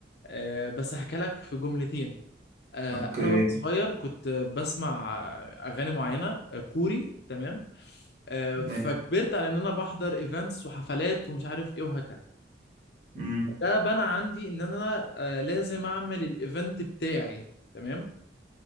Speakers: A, on the left; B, on the right.
A: آه، بس هحكي لك في جملتين آه،
B: اوكي
A: انا وانا صغير كنت آه، بسمع آه، اغاني معينه آه، كوري تمام آه،
B: ماشي
A: فكبرت على ان انا بحضر ايفنتس وحفلات ومش عارف ايه وهكذا
B: امم
A: ده بنى عندي ان انا آه، لازم اعمل الايفنت بتاعي تمام